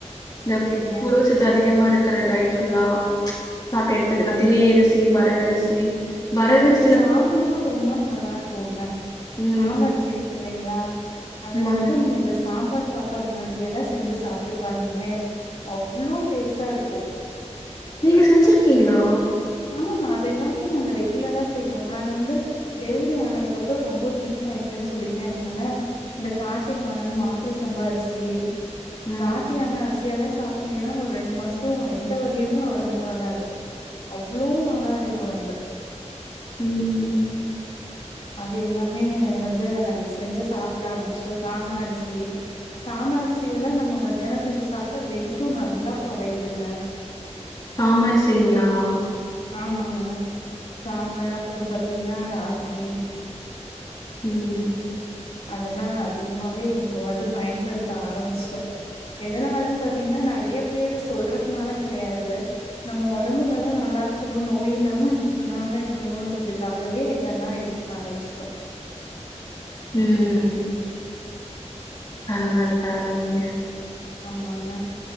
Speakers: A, on the left; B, on the left.
A: இந்த
B: சேரிங்க
A: பு புரதச்சத்து அதிகமா இருக்கிற டயட் ஃபுல்லா சாப்ட்டு எடுத்துகினு
B: ஆஹா
A: திணையரி சி வரகரிசி வரகரிசி
B: சாமையு ரொம்ப நல்லாருக்குங்க
A: ம்.
B: சாமரிசி இருக்கில்லைங்ளா அதுல
A: ஆமாங்க.
B: வந்து நீங்க இந்த சாம்பார் சா ப்பாடு மாதிரி எல்லா செஞ்சு சாப்ட்டு பாருங்ளேன் அவ்ளோ டேஸ்ட்டா இருக்கு
A: நீங்க செஞ்சிருக்கீங்ளா
B: ஆமா அதெல்லாமே நாங்க ரெகுலரா செ ய்வோ நானு வந்து டெலிவரி ஆனதுக்கப்றோ ரொம்ப வீக்காயிட்டன் சொல்லிட்டு என்ன பண்ண இந்த காட்டுயான மாப்ள சம்பா அரிசி
A: ம்.
B: காட்டுயான அரிசி எல்லா சா ப்டீங்கன்னா ஒரு ரெண்டு மாசோ எந்த வலியுமே ஒடம்புல வராது அவ்ளோ நல்லாயிரு ஒடம்பு
A: ம்
B: அது எல்லாமே வந்து நாங்க செஞ்சு சாப்ட ஆரம்பிச்சுட்டோ சாம அரிசி சாம அர்சி எல்லா நம்ம மத்தியானோ செஞ்சு சாப்ட்டா வெயிட்டு நல்லா கொறையுதுங்க
A: தாம அரிசிலைங்ளா
B: ஆமாங்க சாம அப்புறோ பாத்தீங்ன்னா ராகி
A: ம்
B: அதெல்லா அதிகமாவே இப்போ வந்து பயன்படுத்த ஆரம்ச்சிட்டோ எதனாலன் பாத்தீங்கன்னா நறைய பேரு சொல்றதுனால கெடையாது நம்ம ஒடம்பு வெர நல்லா இருக்கணு நோயில்லாம இர் இல்லாம இருக்கணுன்றதுக்காகவே இதெல்லா எடுக் ஆரம்ச்ட்டோ
A: ம் ம் பரவால்ல பரவால்லைங்க
B: ஆமாங்க